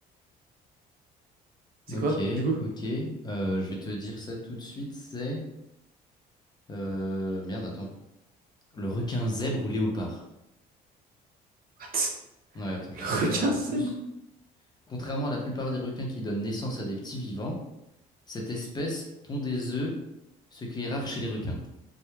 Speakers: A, on the right; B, on the left.
A: C'est
B: Ok,
A: quoi, du coup?
B: ok. Euh, je vais te dire ça tout de suite. C'est. euh, Merde, attends. Le requin zèbre ou léopard?
A: What?
B: Ouais, attends,
A: <laughs>
B: je
A: Le
B: vais te dire
A: requin
B: un peu
A: sèbre?
B: plus. Contrairement à la plupart des requins qui donnent naissance à des petits vivants, cette espèce pond des œufs, ce qui est rare chez les requins.